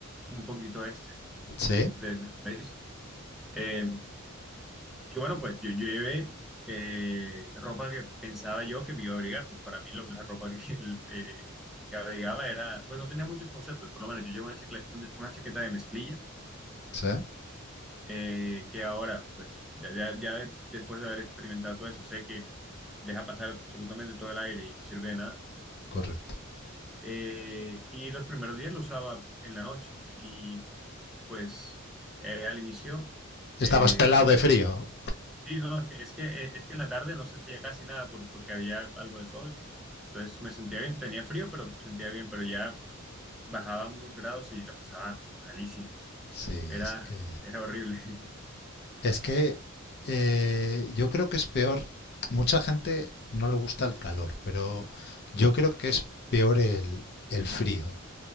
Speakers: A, in the centre; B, on the left.
A: un poquito este
B: Sí,
A: eh, de- del país. em, Y bueno, pues yo, yo llevé eh, ropa que pensaba yo que me iba a abrigar. Pues para mí lo- la ropa que, <laughs> eh, que abrigaba era, pues no tenía muchos conceptos, por lo menos yo llevo una, chacle- una, una chaqueta de mezclilla,
B: sí,
A: eh, que ahora, pues ya, ya- ya después de haber experimentado todo eso, sé que deja pasar absolutamente todo el aire y no sirve de nada.
B: correcto.
A: Eh, y los primeros días lo usaba en la noche y pues eh, al inicio...
B: Estabas
A: eh,
B: pelado de frío.
A: Sí, no, es que, es que, eh, es que en la tarde no sentía casi nada por- porque había algo de sol. Entonces me sentía bien, tenía frío, pero sentía bien, pero ya bajaba unos grados y la pasaba malísimo.
B: Sí, es
A: Era,
B: que.
A: era horrible. <laughs>
B: Es que eh, yo creo que es peor. Mucha gente no le gusta el calor, pero yo creo que es peor el, el frío.